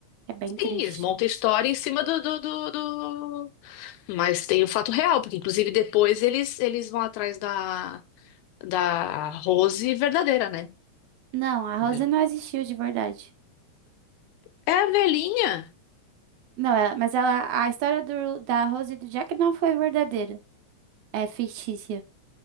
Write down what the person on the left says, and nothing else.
Sim,
eles montam a história em cima do, do, do, do- Mas tem o fato real, porque inclusive depois eles, eles vão atrás da, da Rose verdadeira, né?
Entendeu?
É a velhinha.